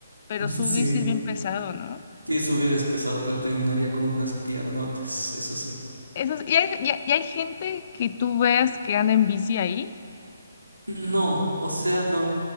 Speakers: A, on the left (about 35°); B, on the right (about 80°).
A: pero
B: <laughs>
A: subir
B: sí,
A: sí es bien pesado, ¿no?
B: sí subir es pesado, pero terminaría con unas piernotas, eso sí.
A: Eso es- y hay, y hay- y hay gente que tú veas que anda en bici ahí.
B: No, o sea, no,